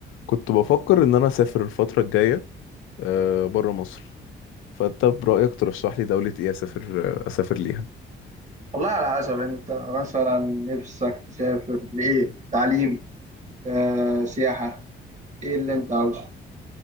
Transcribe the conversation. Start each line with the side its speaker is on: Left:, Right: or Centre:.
Left: كنت بفكر ان انا اسافر الفتره الجايه آه، بره مصر فانت برايك ترشح لي دوله ايه اسافر آه، اسافر ليها
Right: والله على حسب انت مثلا نفسك تسافر لايه تعليم آه، سياحة ايه اللي انت عاوزه